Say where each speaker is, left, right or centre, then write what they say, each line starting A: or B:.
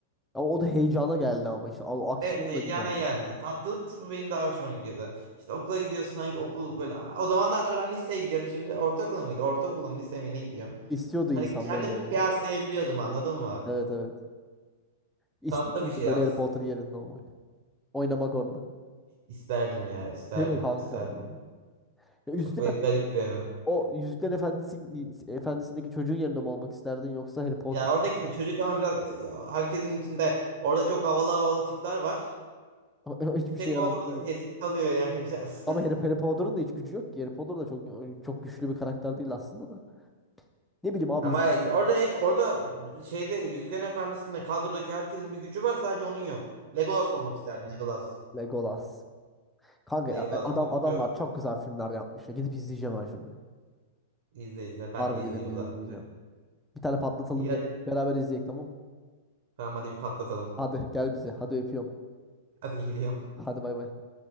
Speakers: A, in the centre; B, on the right.
A: Ama o da heyecana geldi ama işte. O aksiyon
B: Evet heyecana
A: da güzeldi.
B: geldi. Tatlılık kısmı benim daha hoşuma gidiyordu. İşte okula gidiyorsun hangi okul böyle. O zamanlar ben liseye gidiyorum şimdi. Ortaokula mıydı? Ortaokula mı lise mi ne gidiyorum?
A: İstiyordu
B: Hani
A: insan
B: kendimi
A: böyle öyle
B: kıyaslayabiliyordum
A: bir.
B: anladın mı?
A: Evet evet. İster
B: Tatlı
A: miydin
B: bir şey
A: böyle
B: as
A: Harry Potter yerinde olmak? Oynamak orada.
B: isterdim ya isterdim
A: Değil mi kanka
B: isterdim.
A: yani? Ya Yüzükler,
B: Çok böyle garip bir evren.
A: o Yüzükler Efendisi, Efendisi'ndeki çocuğun yerinde mi olmak isterdin yoksa Harry Potter?
B: Ya oradaki de çocuk ama biraz e, ya herkesin içinde orada çok havalı havalı tipler var.
A: <laughs> Hiçbir
B: Bir tek
A: şey yaramıyor.
B: o
A: değil
B: orada
A: mi?
B: ezik kalıyor yani <laughs> biraz.
A: Ama Harry, Harry Potter'ın da hiç gücü yok ki. Harry Potter da çok çok güçlü bir karakter değil aslında da. Ne bileyim abi
B: Ama
A: insan
B: orada orada şeyde Yüzüklerin Efendisi'nde kadrodaki herkesin bir gücü var sadece onun yok. Legolas olmak isterdim Legolas.
A: Legolas. Kanka
B: Legolas
A: e, e, adam
B: okçu.
A: adamlar çok güzel filmler yapmış. ya. Gidip izleyeceğim ben şimdi.
B: İzle izle ben
A: Harbi
B: de izleyeyim
A: gidip izleyeceğim.
B: o zaman.
A: Bir tane patlatalım
B: İyi
A: gel.
B: hadi.
A: Beraber izleyek tamam.
B: Tamam hadi bir patlatalım.
A: Hadi gel bize. Hadi öpüyorum.
B: Hadi geliyorum.
A: Hadi bay bay.